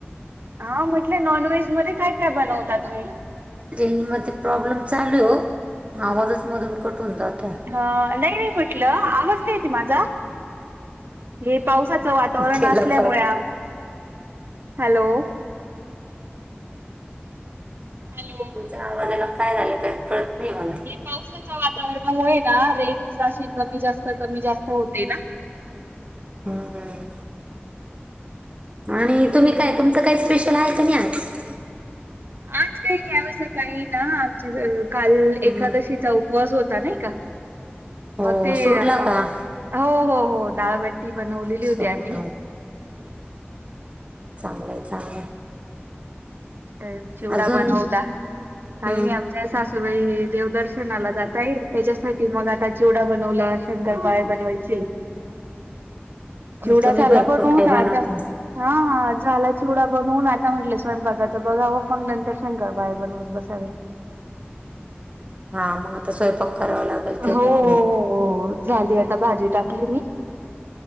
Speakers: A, on the right; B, on the right.
A: हा म्हटले नॉनव्हेज मध्ये काय, काय बनवता तुम्ही?
B: रेंजमध्ये प्रॉब्लेम चालू आहे ओ आवाजच मधून कट होऊन जातोय.
A: ह नाही नाही म्हटलं आवाज नाही येत माझा. हे पावसाचं वातावरण
B: केला
A: असल्यामुळे
B: फरक
A: आवाज हॅलो! हॅलो!
B: आवाज झाला याला काय झालं काय कळत नाही मला.
A: ही पावसाच्या वातावरणामुळे ना रेंज अशी कमी जास्त कमी जास्त होते ना.
B: हम्म हम्म.. आणि तुम्ही काय तुमचं काय स्पेशल आहे की नाही आज.
A: आज काही नाही आम्ही सकाळी ना आमच्या घरी काल
B: हम्म.
A: एकादशीचा उपवास. उपवास होता नाही का
B: हो
A: मग ते
B: सोडला
A: अ
B: का
A: हो हो हो डाळ बट्टी बनवलेली
B: सोडला
A: होती आम्ही
B: चांगलं हाय, चांगलं हाय.
A: आता चिवडा
B: अजून
A: बनवला काही
B: हम्म,
A: नाही आमच्या सासूबाई देवदर्शन, फिरण्याला जाता येई त्याच्यासाठी मग आता चिवडा बनवला शंकर पाळी बनवायचे आहेत. चिवडा
B: तुम्ही
A: झाला
B: भरपूर
A: बनवून
B: काही बनवता
A: आता हा हा झाला चिवडा बनवून आता म्हटलं स्वयंपाकाचं. तर बघावं मग नंतर शंकर पाळी बनवत बसावे.
B: हा मग आता स्वयंपाक करावा लागेल ते
A: हो
B: पण
A: हो
B: आहे.
A: हो हो झाली आता भाजी टाकली मी.